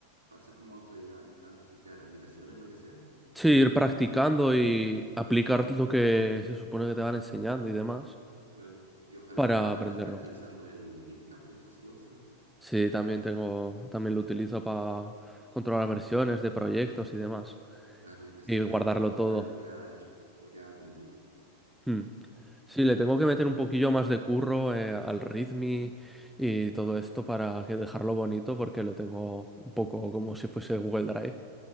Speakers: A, on the right; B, in the centre.
A: para ser como autodidacta, no sé, crear aplicaciones, lo que sea.
B: Sí, ir practicando y aplicar lo que se supone que te van enseñando y demás
A: Claro. Y ojalá
B: para aprenderlo.
A: ir actualizando el GitHub, que no sé si lo usa.
B: Sí, también tengo, también lo utilizo para controlar versiones de proyectos y demás
A: Claro, y te sirve
B: y guardarlo
A: después para mostrar
B: todo.
A: lo que ha hecho, lo que ha aprendido.
B: Hmm. Sí, le tengo que meter un poquillo más de curro eh, al ritmi y todo esto para que dejarlo bonito porque lo tengo un poco como si fuese Google Drive,